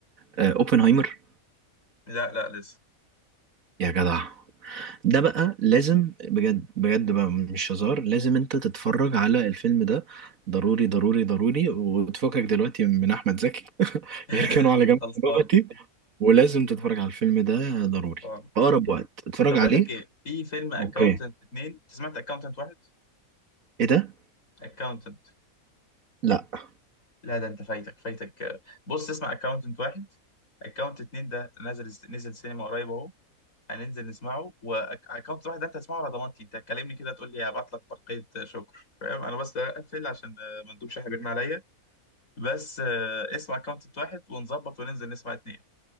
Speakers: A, on the right; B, on the left.
A: اوبنهايمر
B: لا لا لسه
A: يا جدع ده بقى لازم بجد بجد بقى مش هزار لازم انت تتفرج على الفيلم ده ضروري ضروري ضروري وتفكك دلوقتي من احمد زكي <laughs>
B: <laughs>
A: يركنوا على جنب
B: خلصان
A: دلوقتي ولازم تتفرج على الفيلم ده ضروري
B: خلصان
A: في اقرب وقت اتفرج
B: طب اقول
A: عليه
B: لك ايه في فيلم اكاونتنت
A: اوكي
B: اتنين انت سمعت اكاونتنت واحد
A: ايه ده
B: اكاونتنت
A: لا
B: لا ده انت فايتك فايتك آه، بص اسمع اكاونتنت واحد اكاونتنت اتنين ده نزل نزل سينما قريب اهو هننزل نسمعه واكونت واحد ده انت هتسمعه على ضمانتي انت هتكلمني كده تقول لي هبعت لك برقية شكر فاهم انا بس اقفل عشان ما ندوبش شحن بيرن عليا بس آه، اسمع اكونت واحد ونظبط وننزل نسمع اتنين